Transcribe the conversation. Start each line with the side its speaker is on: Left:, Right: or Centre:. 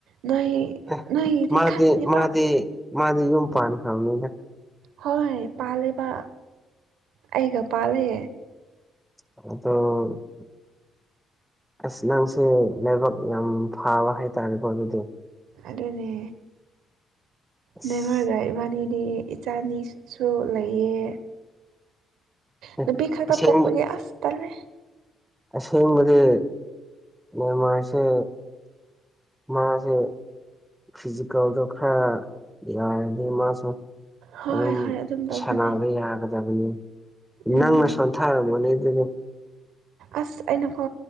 Right: ꯅꯣꯏ
Centre: ꯑ
Right: ꯅꯣꯏꯒꯤꯗꯤ
Centre: ꯃꯥꯗꯤ
Right: ꯈꯪꯗꯦꯕ
Centre: ꯃꯥꯗꯤ ꯃꯥꯗꯤ ꯌꯨꯝ ꯄꯥꯟ ꯈꯔ꯭ꯕꯅꯤꯗ
Right: ꯍꯣꯏ ꯄꯥꯜꯜꯂꯤꯦꯕ ꯑꯩꯒ ꯄꯥꯜꯂꯤ꯫
Centre: ꯑꯗꯣ ꯑꯁ ꯅꯪꯁꯦ ꯂꯥꯏꯕꯛ ꯌꯥꯝ ꯐꯕ ꯍꯥꯏꯇꯥꯔꯦꯀꯣ ꯑꯗꯨꯗꯤ
Right: ꯑꯗꯨꯅꯦ
Centre: ꯑꯁ
Right: ꯅꯦꯝꯃꯔꯗ ꯏꯕꯥꯅꯤꯗꯤ ꯏꯆꯥꯅꯤꯁꯨ ꯂꯩꯌꯦ
Centre: ꯑꯦ
Right: ꯅꯨꯄꯤ ꯈꯛꯇ
Centre: ꯑꯁꯦꯡꯕ
Right: ꯄꯣꯛꯄꯒꯤ ꯑꯁ ꯇꯂꯦ꯫
Centre: ꯑꯁꯦꯡꯕꯗꯤ ꯃꯦꯟꯃꯥꯔꯁꯦ ꯃꯥꯁꯦ ꯐꯤꯖꯤꯀꯦꯜꯗꯣ ꯈꯔ ꯌꯥꯔꯗꯤ ꯃꯥꯁꯨ
Right: ꯍꯣꯏ
Centre: ꯑꯗꯨꯝ
Right: ꯍꯣꯏ ꯇꯧꯕꯅꯦ
Centre: ꯁꯥꯟꯅꯕ ꯌꯥꯒꯗꯕꯅꯤ
Right: ꯎꯝ
Centre: ꯅꯪꯅ ꯁꯣꯟꯊꯔꯝꯃꯣꯅꯦ ꯑꯗꯨꯗꯤ
Right: ꯑꯁ ꯑꯩꯅ ꯀꯣ